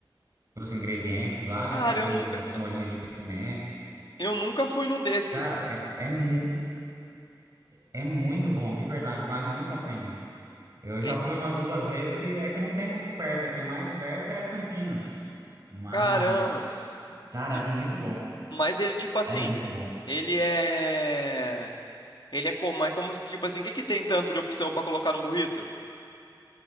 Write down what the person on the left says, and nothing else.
Cara,
eu nunca,
eu nunca fui num desse.
Eh,
Caramba.
M-
Mas ele, tipo assim,
ele é. Ele é como? É como, tipo assim, o que que tem tanto de opção pra colocar no burrito?